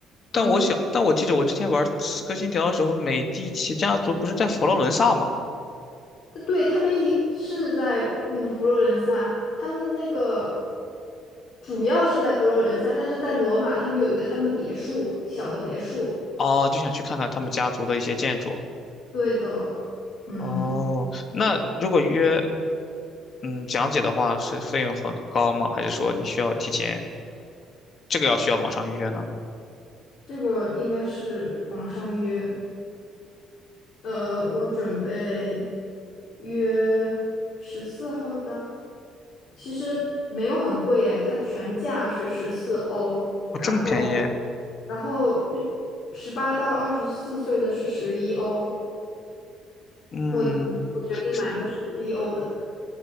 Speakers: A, on the left; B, on the left.
A: 但我想，
B: 嗯。
A: 但我记得我之前玩《刺客信条》的时候，美第奇家族不是在佛罗伦萨吗？
B: 对，他们也是在那个佛罗伦萨，他们那个主要是在佛罗伦萨，但是在罗马，他们有一个他们的别墅，小的别墅。
A: 哦，就想去看看他们家族的一些建筑。
B: 对的，嗯，
A: 哦，那如果约嗯讲解的话，是费用很高吗？还是说你需要提前？这个要需要网上预约呢？
B: 这个应该是网上约。呃，我准备约十四号的，其实没有很贵诶，它全价是十四欧，
A: 哦，
B: 然后
A: 这么便宜？
B: 然后十八到二十四岁的是十一欧。
A: 嗯，
B: 我我决定买个十一欧的
A: 是